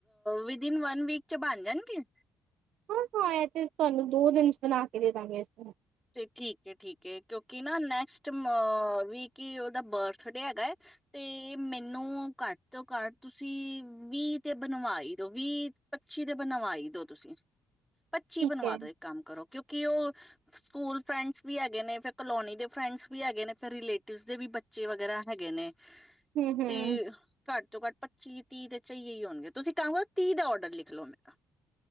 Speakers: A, in the centre; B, on the right (about 75°).
A: ਵਿਦਇਨ ਵਨ ਵੀਕ ਚ ਬਣ ਜਾਣਗੇ।
B: ਹਾਂ ਹਾਂ ਇਹ ਤੇ ਤੁਹਾਨੂੰ ਦੋ ਦਿਨ ਚ ਬਣਾ ਕੇ ਦੇਦਾਂਗੇ ਇਸਨੂੰ,
A: ਤੇ ਠੀਕ ਏ-ਠੀਕ ਏ ਕਿਉਕਿ ਨਾ ਨੈਕਸਟ ਅ ਵੀਕ ਈ ਓਦਾ ਬਰਥ ਡੇ ਹੈਗਾ ਏ ਤੇ ਮੈਨੂੰ ਘਟ ਤੋਂ ਘੱਟ ਤੁਸੀ ਵੀਹ ਤੇ ਬਣਵਾ ਈ ਦੋ। ਵੀਹ-ਪੱਚੀ ਤੇ ਬਣਵਾ ਈ ਦੋ ਤੁਸੀ। ਪੱਚੀ
B: ਠੀਕ
A: ਬਣਵਾ
B: ਐ।
A: ਦੋ ਇੱਕ ਕੰਮ ਕਰੋ ਕਿਉਂਕਿ ਉਹ ਸਕੂਲ ਫਰੈਂਡਸ ਵੀ ਹੈਗੇ ਨੇ, ਫੇਰ ਕਲੋਨੀ ਦੇ ਫਰੈਂਡਸ ਵੀ ਹੈਗੇ ਨੇ, ਫਿਰ ਰਿਲੇਟਿਵਸ ਦੇ ਵੀ ਬੱਚੇ ਵਗੈਰਾ ਹੈਗੇ ਨੇ।
B: ਹੂੰ-ਹੂੰ
A: ਤੇ ਘੱਟ ਤੋਂ ਘੱਟ ਪੱਚੀ ਤੀਹ ਦੇ ਚਈਏ ਈ ਹੋਣਗੇ। ਤੁਸੀਂ ਕੰਮ ਕਰੋ ਤੀਹ ਦਾ ਔਡਰ ਲਿਖ ਲਓ ਹੁਣ ਮੇਰਾ।